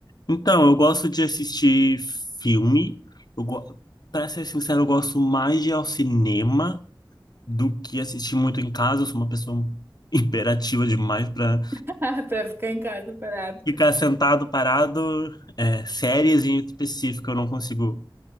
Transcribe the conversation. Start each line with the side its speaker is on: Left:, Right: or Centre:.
Left: Então, eu gosto de assistir filme. Eu go... Para ser sincero, eu gosto mais de ir ao cinema do que assistir muito em casa. Eu sou uma pessoa <laughs> imperativa demais para
Right: <laughs> Pra ficar em casa parado.
Left: ficar sentado, parado. É, séries em específico, eu não consigo